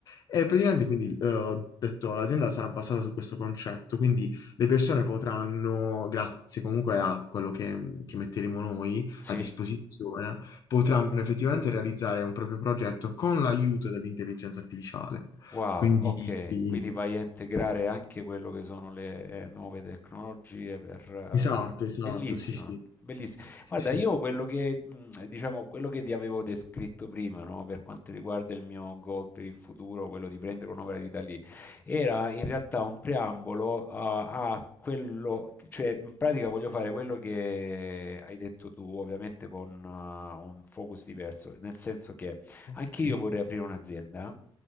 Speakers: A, on the left (about 45°); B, on the left (about 20°).
A: E praticamente quindi eh, ho detto l'azienda sarà basata su questo concetto, quindi le persone potranno, grazie comunque a quello che che metteremo noi
B: Sì,
A: a disposizione, potranno effettivamente realizzare un proprio progetto con l'aiuto dell'intelligenza artificiale.
B: Wow,
A: Quindi,
B: ok,
A: eh,
B: quindi vai a integrare anche quello che sono le eh, nuove tecnologie per...
A: esatto,
B: eh,
A: esatto,
B: Bellissima,
A: sì, sì.
B: bellissima.
A: Sì,
B: Guarda,
A: sì.
B: io quello che, mh, diciamo, quello che ti avevo descritto prima, no, per quanto riguarda il mio goal per il futuro, quello di prendere un'opera di Dalì, era in realtà un preambolo a, a quello, cioè in pratica voglio fare quello che hai detto tu, ovviamente con eh, un focus diverso, nel senso che...
A: Ok,
B: Anche io vorrei aprire un'azienda.